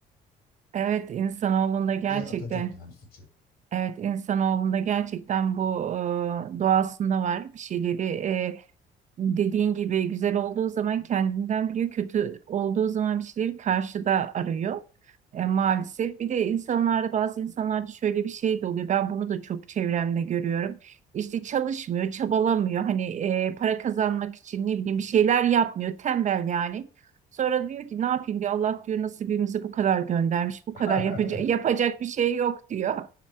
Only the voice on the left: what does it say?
şeye atacak yani suçu.
<laughs>